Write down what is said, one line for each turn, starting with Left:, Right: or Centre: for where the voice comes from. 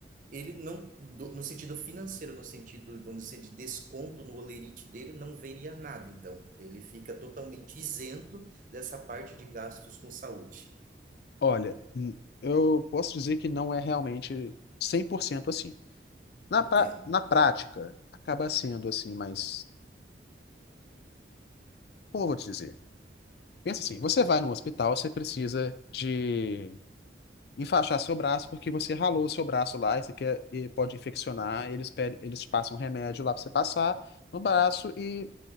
Right: ele não, do- no sentido financeiro, no sentido, vamos dizer, de desconto no holerite dele, não veria nada. Então, ele fica totalmente isento dessa parte de gastos com saúde.
Left: olha, n- eu posso dizer que não é realmente 100% assim. Na,
Right: Entendo.
Left: pra- na prática, acaba sendo assim, mas como eu vou te dizer? Pensa assim, você vai no hospital, você precisa de enfaixar seu braço porque você ralou seu braço lá e, você quer, e pode infeccionar, eles, pedem, eles te passam um remédio lá para você passar no braço e